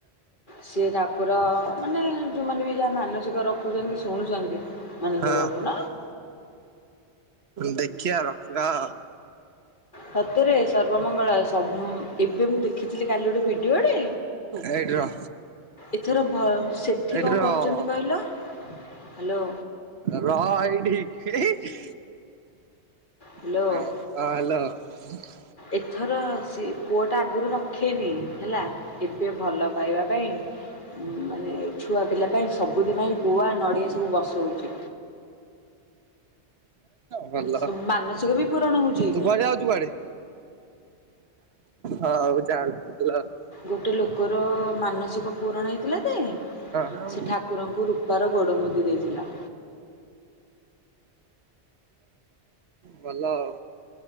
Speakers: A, on the left; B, on the right.
A: ସିଏ ଠାକୁର ମାନେ ଯୋଉମାନେ ବି ଯାହା ମାନସିକ ରଖୁଛନ୍ତି ଶୁଣୁଛନ୍ତି ମାନସିକ
B: ହଁ।
A: ରଖୁନ
B: ଦେଖିବା ରଖିବା ଆଉ।
A: ସତେରେ ସର୍ବମଙ୍ଗଳା ସ ଏବେ ମୁଁ ଦେଖିଥିଲି କାଲି ଗୋଟେ ଭିଡିଓଟେ
B: ଏଇଠି ର
A: ଏଥର ସେଠି
B: ଏଇଠି
A: କଣ
B: ରହ
A: କରୁଛନ୍ତି କହିଲ ହ୍ୟାଲୋ
B: ରହ ଏଇଠି ହି ହି
A: ହ୍ୟାଲୋ
B: ହ ହଁ ହ୍ୟାଲୋ
A: ଏଥର ସେ ପୁଅ ଟା ଆଗୁରୁ ରଖେନି ହେଲା ଏବେ ଭଲ ପାଇବା ପାଇଁ ମାନେ ଛୁଆ ପିଲା ପାଇଁ ସବୁଦିନ ପାଇଁ ଗୁଆ ନଡ଼ିଆ
B: ହୁଁ।
A: ସବୁ ବସଉଛି
B: ଭଲ
A: ସବୁ ମାନସିକ ବି ପୂରଣ ହଉଛି
B: ତୁ କୁଆଡେ ଯାଉଛୁ କୁଆଡେ? ହଉ। <unintelligible>
A: ଗୋଟେ ଲୋକର ମାନସିକ ପୂରଣ ହେଇଥିଲା ଯେ
B: ହଁ
A: ସେ ଠାକୁରଙ୍କୁ ରୂପାର ଗୋଡ଼ ମୁଦି ଦେଇଥିଲା।
B: ଭଲ ଆଉ।